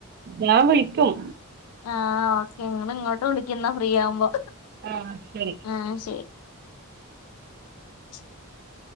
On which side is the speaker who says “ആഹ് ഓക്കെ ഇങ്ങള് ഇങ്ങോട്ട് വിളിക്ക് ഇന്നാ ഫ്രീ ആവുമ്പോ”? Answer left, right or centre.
Left